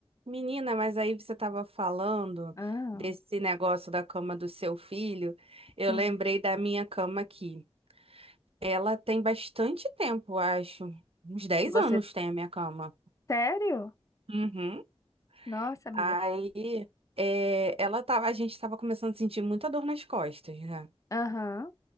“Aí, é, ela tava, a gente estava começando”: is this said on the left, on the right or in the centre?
Right